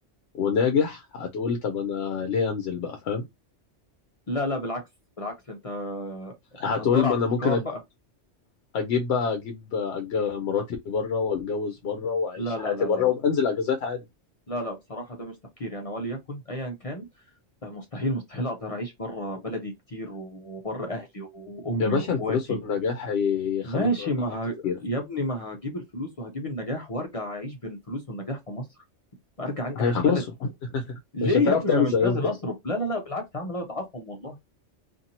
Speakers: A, on the left; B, on the left.
A: وناجح هتقول طب أنا ليه أنزل بقى فاهم
B: لا لا بالعكس بالعكس انت
A: هتقول
B: انت هتدور على
A: ما انا
B: استقرار
A: ممكن
B: بقى
A: أج- اجيب بقى اجيب أج- مراتي بره واتجوز بره واعيش
B: لا لا
A: حياتي
B: لا
A: بره
B: لا لا
A: وبنزل اجازات عادي
B: لا لا بصراحة ده مش تفكيري أنا وليكن أيا كان مستحيل مستحيل أقدر أعيش بره بلدي كتير وبره أهلي وأمي
A: يا باشا
B: وإخواتي
A: الفلوس والنجاح هيخلوك
B: ماشي
A: تغير
B: ما
A: تفكيرك
B: ه... يا ابني ما هجيب الفلوس وهجيب النجاح وأرجع أعيش بين الفلوس والنجاح في مصر أرجع أنجح
A: هيخلصوا
B: في بلدي ليه
A: مش هتعرف
B: يا ابني
A: تعمل
B: انا مش
A: زيهم
B: نازل
A: تاني
B: اصرف لا لا لا بالعكس هعمل اضعفهم والله